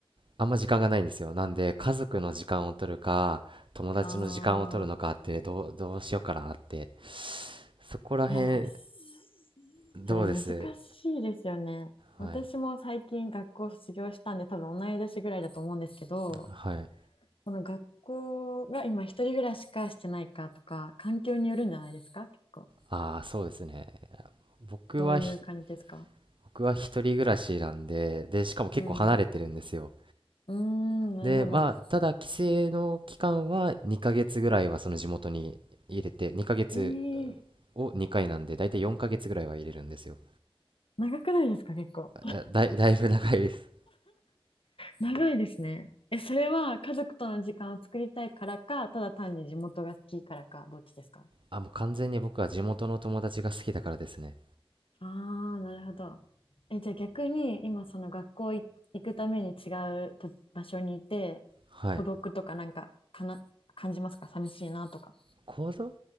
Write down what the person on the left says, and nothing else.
あ
ー。いやー、すそれ難しいですよね。
私も最近学校を卒業したんで、
多分同い年ぐらいだと思うんですけど、
この学校が今一人暮らしかしてないかとか、環境によるんじゃないですか結構。
どういう感じですか
うん。うーん、なるほど。
えー、
長くないですか結構。
長いですね。え、それは家族との時間を作りたいからか、ただ単に地元が好きからか、どっちですか
ああー、なるほど。え、じゃあ逆に今その学校い行くために違うと場所にいて、
孤独とかなんか、かな、感じますか寂しいなとか。